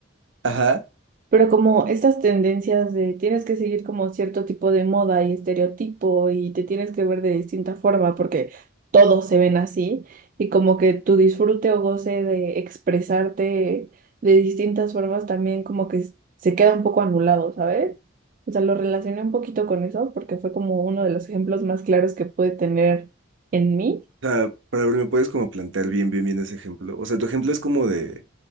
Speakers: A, on the right; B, on the right.
A: ajá.
B: Pero como estas tendencias de tienes que seguir como cierto tipo de moda y estereotipo y te tienes que ver de distinta forma porque todos se ven así y como que tu disfrute o goce de expresarte de distintas formas también como que s- se queda un poco anulado, ¿sabes? O sea, lo relacioné un poquito con eso porque fue como uno de los ejemplos más claros que pude tener en mí.
A: O sea, para ver, ¿me puedes como plantear bien, bien, bien ese ejemplo? O sea, tu ejemplo es como de